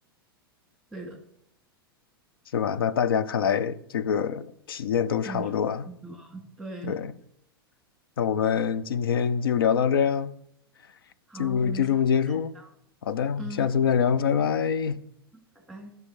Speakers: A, in the centre; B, on the left.
A: 对的，
B: 是吧？那大家看来这个体验都差不多啊。
A: 感受差不多。对，
B: 对，那我们今天就聊到这样，
A: 好，
B: 就就这么结束。
A: 我们下次再聊。
B: 好的，
A: 嗯，
B: 我们下次再聊，拜拜。
A: 拜拜。